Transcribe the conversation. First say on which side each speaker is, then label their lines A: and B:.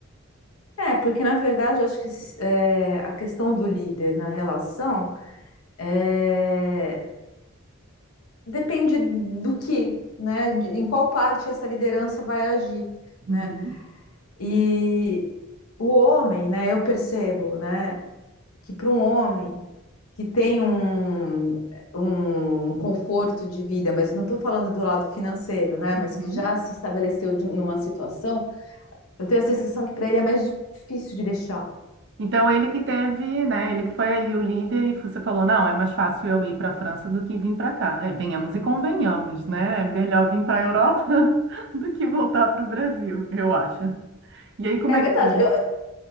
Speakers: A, on the left (about 85°); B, on the right (about 55°).
A: É, porque na verdade eu acho que é, a questão do líder na relação é, depende do que, né? de- em qual parte essa liderança vai agir,
B: Uhum,
A: né? E o homem, né? Eu percebo, né? Que para um homem que tem um, um conforto de vida, mas não estou falando do lado financeiro, né?
B: uhum.
A: Mas que já se estabeleceu de- numa situação, eu tenho a sensação que para ele é mais difícil de deixar.
B: Então ele que teve, né? Ele que foi aí o líder e você falou, não, é mais fácil eu ir para a França do que vir para cá. É, venhamos e convenhamos, né? É melhor vir para a Europa <laughs> do que voltar para o Brasil, eu acho. E aí como
A: É
B: é
A: verdade.
B: que foi?
A: Eu,